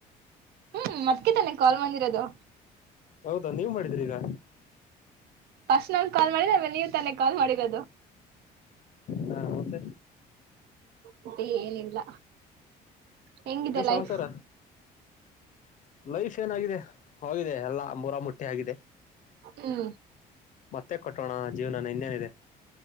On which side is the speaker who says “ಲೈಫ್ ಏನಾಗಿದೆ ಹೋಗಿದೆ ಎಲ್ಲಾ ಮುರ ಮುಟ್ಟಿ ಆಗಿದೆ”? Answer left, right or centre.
Left